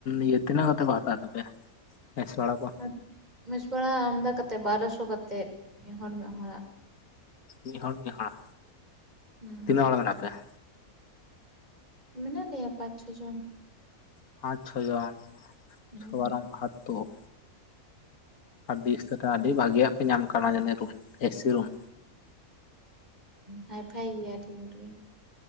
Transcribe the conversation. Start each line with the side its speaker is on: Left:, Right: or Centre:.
Left: ᱤᱭᱟᱹ ᱛᱤᱱᱟᱹᱜ ᱠᱟᱛᱮᱫ ᱠᱚ ᱦᱟᱛᱟᱣ ᱛᱟᱯᱮᱭᱟ? ᱢᱮᱥ ᱵᱷᱟᱲᱟ ᱠᱚ
Right: ᱟᱨ ᱢᱮᱥ ᱵᱟᱲᱟ ᱟᱢᱫᱟ ᱠᱟᱛᱮᱫ ᱵᱟᱨᱚᱥᱚ ᱠᱟᱛᱮᱫ ᱢᱤᱫᱦᱚᱲ ᱢᱤᱫ ᱦᱚᱲᱟᱜ
Left: ᱢᱤᱫ ᱦᱚᱲ ᱢᱤᱫ ᱦᱚᱲ
Right: ᱦᱩᱸ
Left: ᱛᱤᱱᱟᱹᱜ ᱦᱚᱲ ᱢᱮᱱᱟᱜ ᱯᱮᱭᱟ?
Right: ᱢᱮᱱᱟᱜ ᱞᱮᱭᱟ ᱯᱟᱸᱪ ᱪᱷᱚ ᱡᱚᱱ
Left: ᱯᱟᱸᱪ ᱪᱷᱚ ᱡᱚᱱ
Right: ᱦᱩᱸ
Left: ᱥᱚᱵᱟᱨᱚᱢ ᱵᱟᱦᱟᱛᱛᱳᱨ ᱟᱹᱰᱤ <unintelligible> ᱟᱹᱰᱤ ᱵᱷᱟᱹᱜᱤᱭᱟᱜ ᱯᱮ ᱧᱟᱢ ᱠᱟᱱᱟ ᱡᱟᱱᱤᱡ ᱨᱩᱢ ᱮᱥᱤ ᱨᱩᱢ
Right: ᱦᱟᱭ ᱯᱷᱟᱭ ᱜᱮᱭᱟ ᱟᱹᱰᱤ ᱡᱳᱨ ᱜᱮ